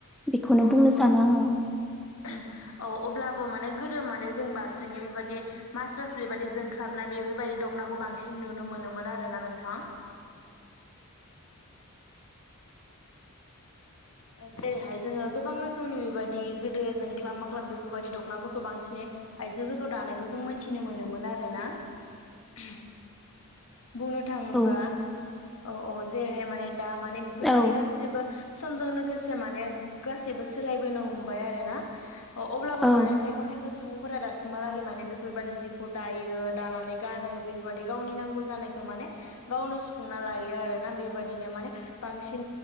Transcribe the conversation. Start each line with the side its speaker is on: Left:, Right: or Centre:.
Centre: बेखौनो
Left: औ
Centre: बुंनो
Left: नंगौ
Centre: सानो आङो
Left: <unintelligible> औ अब्लाबो माने गोदो माने जों बारास्रिङै बेबायदि मास्ट्रास बेबायदि जोंख्लाबनाय बेफोरबायदि दख'नाखौ बांसिन नुनो मोन मोनोमोन आरोना नोंथां <inaudible> जेरैहाय जोङो गोबां रोखोमनि बेबायदि गोदो जोंख्लाब माख्लाब बेफोरबायदि दख'नाफोरखौ बांसिन आइजोफोरखौ दानायखौ जों मोनथिनो मोनोमोन आरो ना <unintelligible> बुंनो थाङोबा
Centre: औ
Left: औ औ जेरैहाय माने दा माने बेफोरबादि
Centre: औ
Left: गाससिबो समजों लोगोसे माने गासैबो सोलायबोनो हमबाय आरो ना अ अब्लाबो
Centre: औ
Left: माने खायफा खायफा सुबुंफोरा दासिमहालागै माने बेफोरबायाददि जिखौ दायो दानानै गानो बेफोरबायाददि गावनि नांगौ जानायखौ माने गावनो सुफुंना लायो आरोना बेबायदिनो माने बांसि